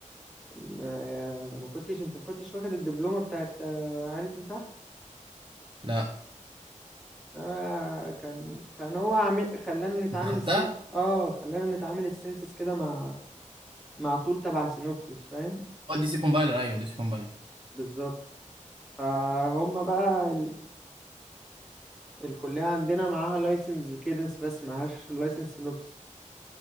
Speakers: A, in the centre; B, on the right.
A: ما... ما كنتش انت ما كنتش واخد الدبلومه بتاعت آه، عالة مساحه
B: لا
A: آه كان كان هو عامل خلانا نتعامل
B: انت خدتها
A: السن اه خلانا نتعامل السنسس كده مع مع طول تبع سينوبسس فاهم
B: اه دي سي كومبايلر ايوه دي سي كومبايلر
A: بالظبط فهم بقى الكلية عندنا معاها لايسنس كيدنس بس معهاش لايسنس سينوبس